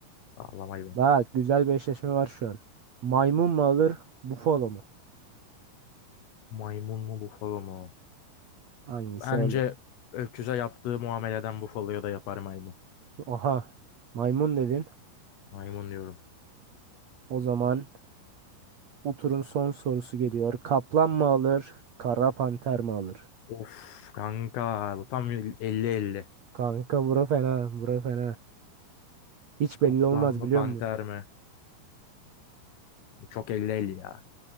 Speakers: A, on the left (about 80°); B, on the right (about 40°).
A: Sağlam hayvan.
B: Bak güzel bir eşleşme var şu an. Maymun mu alır, bufalo mu?
A: Maymun mu bufalo mu?
B: Hangisi
A: Bence
B: alır?
A: öküze yaptığı muameleden Buffalo'ya da yapar maymun.
B: Aha, maymun dedin.
A: Maymun diyorum.
B: O zaman bu turun son sorusu geliyor. Kaplan mı alır, kara panter mi alır?
A: Of kanka bu tam 50-50.
B: Kanka bura fena, bura fena. Hiç
A: Kaplan
B: belli olmaz
A: mı
B: biliyor
A: panter
B: musun?
A: mi? Bu çok 50-50 ya.